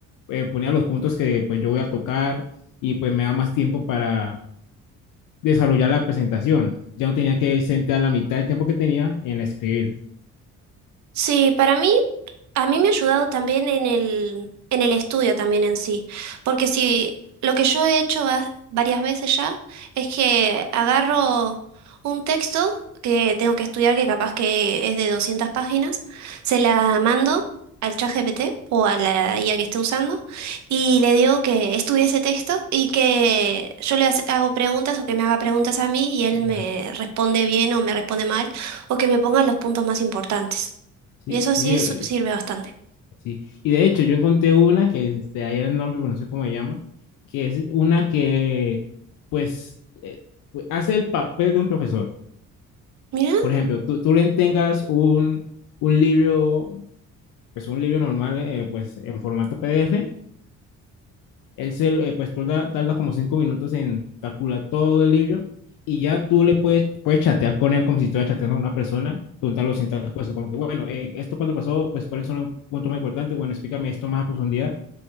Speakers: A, on the left; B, on the right.
A: eh, ponía los puntos que pues yo voy a tocar y pues me da más tiempo para desarrollar la presentación. Ya no tenía que sentar la mitad del tiempo que tenía en escribir.
B: Sí, para mí. A mí me ha ayudado también en el, en el estudio también en sí, porque si lo que yo he hecho va- varias veces ya es que agarro un texto que tengo que estudiar, que capaz que es de 200 páginas, se la mando al ChatGPT o a la IA que esté usando y le digo que estudie ese texto y que yo le hace- hago preguntas o que me haga preguntas a mí y él me
A: Ya.
B: responde bien o me responde mal o que me ponga los puntos más importantes.
A: Sí,
B: Y eso sí
A: sí, eh,
B: su- sirve bastante.
A: sí. Y de hecho, yo encontré una que este, ahí el nombre, pero no sé cómo se llama, que es una que, pues, eh, hace el papel de un profesor.
B: Mira,
A: Por ejemplo, tú, tú le tengas un, un libro, pues un libro normal, eh, pues en formato PDF, es el, eh, pues tarda, tarda como cinco minutos en calcular todo el libro y ya tú le puedes, puedes chatear con él como si estuvieras chateando a una persona, preguntarle ciertas cosas, como que, bueno, eh, esto cuando pasó, pues cuáles son los puntos más importantes, bueno, explícame esto más a profundidad.